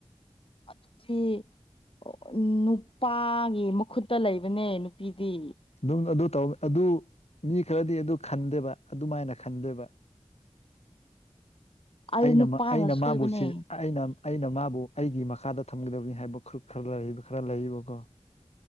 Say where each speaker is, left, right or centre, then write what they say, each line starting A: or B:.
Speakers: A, on the left; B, on the left.
A: ꯑꯗꯨꯗꯤ ꯑꯣ ꯅꯨꯄꯥꯒꯤ ꯃꯈꯨꯠꯇ ꯂꯩꯕꯅꯦ ꯅꯨꯄꯤꯗꯤ
B: ꯑꯗꯨꯝ ꯑꯗꯨ ꯇꯧ ꯑꯗꯨ ꯃꯤ ꯈꯔꯗꯤ ꯑꯗꯨ ꯈꯟꯗꯦꯕ ꯑꯗꯨꯃꯥꯏꯅ ꯈꯟꯗꯦꯕ
A: ꯑꯩ
B: ꯑꯩꯅ
A: ꯅꯨꯄꯥꯅ
B: ꯃ ꯑꯩꯅ
A: ꯁꯣꯏꯕꯅꯦ
B: ꯃꯥꯕꯨ ꯁꯤ ꯑꯩꯅ ꯑꯩꯅ ꯃꯥꯕꯨ ꯑꯩꯒꯤ ꯃꯈꯥꯗ ꯊꯝꯒꯗꯕꯅꯤ ꯍꯥꯏꯕ ꯈꯨꯔꯨꯞ ꯈꯔ ꯂꯩꯔꯤꯕ ꯈꯔ ꯂꯩꯔꯤꯕꯀꯣ